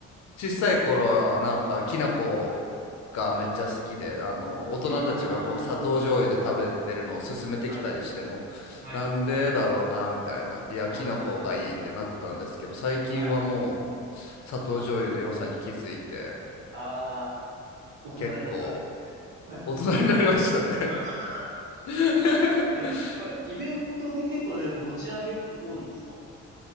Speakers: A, on the left; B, on the right.
A: 小さい頃はなんかきな粉がめっちゃ好きであの大人たちがこう砂糖醤油で食べてるのを勧めてきたりしてもなんでだろうなみたいないやきな粉がいいってなってたんですけど最近はもう砂糖醤油の良さに気づいて
B: はい。うーん。はい。はい。うーん。はい。ああ、大人になったんですか。
A: 結構
B: はい。
A: 大人になりましたね
B: <laughs> あはは
A: <laughs>
B: え、てか、イベントで結構やっぱ持ち上げって多いんですか